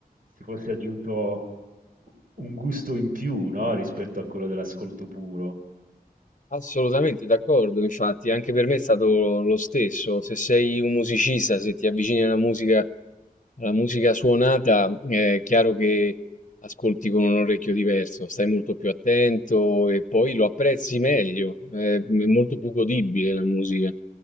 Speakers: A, on the right; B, on the left.
A: si fosse aggiunto un gusto in più, no, rispetto a quello dell'ascolto puro.
B: Assolutamente d'accordo, infatti, anche per me è stato lo stesso. Se sei un musicista, se ti avvicini alla musica, alla musica suonata, è chiaro che ascolti con un orecchio diverso, stai molto più attento e poi lo apprezzi meglio, è è molto più godibile la musica.